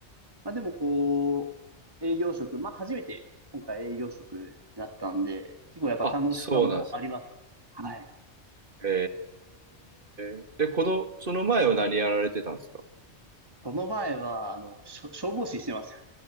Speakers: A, on the right; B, on the right.
A: まあ、でも、こう、営業職、まあ、初めて、今回営業職だったんで、結構やっぱ楽しさもありますね。
B: あ、そうなんですね。
A: はい。
B: へえ。で、この、その前は何やられてたんですか
A: その前は、あの、しょ消防士してます。